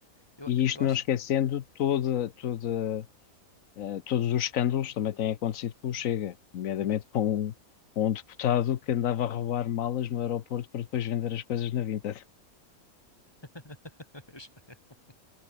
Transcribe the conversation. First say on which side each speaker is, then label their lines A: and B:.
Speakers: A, on the left (about 15°); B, on the left (about 65°).
A: Eu,
B: E
A: eu,
B: isto
A: eu acho
B: não esquecendo
A: que.
B: toda, toda, eh, todos os escândalos que também têm acontecido com o Chega, nomeadamente com, com um deputado que andava a roubar malas no aeroporto para depois vender as coisas na Vinted.
A: <laughs>